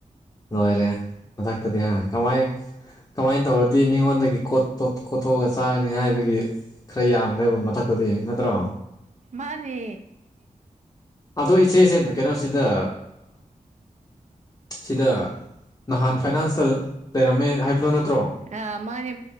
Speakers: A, on the left (about 25°); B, on the right (about 55°).
A: ꯂꯣꯏꯔꯦ ꯃꯊꯛꯇꯗꯤ ꯍꯥ ꯀꯃꯥꯏ ꯀꯃꯥꯏꯅ ꯇꯧꯔꯗꯤ ꯃꯤꯉꯣꯟꯗꯒꯤꯣ ꯀꯣꯊꯣꯛꯑꯒ ꯆꯥꯒꯅꯤ ꯍꯥꯏꯕꯒꯤ ꯈꯔ ꯌꯥꯝꯈ꯭ꯔꯦꯕ ꯃꯊꯛꯇꯗꯤ ꯅꯠꯇ꯭ꯔꯣ
B: ꯃꯥꯅꯦ
A: ꯑꯗꯣ ꯏꯆꯦꯁꯦ ꯀꯩꯅꯣꯁꯤꯗ ꯁꯤꯗ ꯅꯍꯥꯟ ꯐꯥꯏꯅꯥꯟꯁꯇ ꯂꯩꯔꯝꯃꯦ ꯍꯥꯏꯕꯅꯣ ꯅꯠꯇ꯭ꯔꯣ
B: ꯑꯥ ꯃꯥꯅꯦ